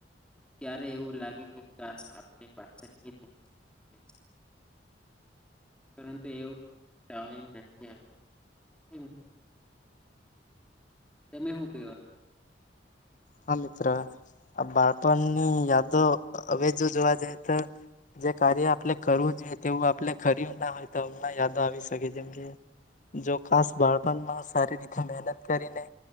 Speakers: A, in the centre; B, on the left.
A: ક્યારે એવું લાગે કે કાસ.. આપણે પાછળ <unintelligible> પરંતુ એવ <unintelligible> <inaudible> <unintelligible> તમે શું કહેવા માંગો?
B: હા.. મિત્ર.. આ બાળપણની યાદો હવે જો જોવા જઈએ તો જે કાર્ય આપણે કરવું જોઈએ તેવું આપણે કર્યું ના હોય. તો હમણાં યાદો આવી શકે જેમ કે જો ખાસ બાળપણમાં સારી રીતે મહેનત કરીને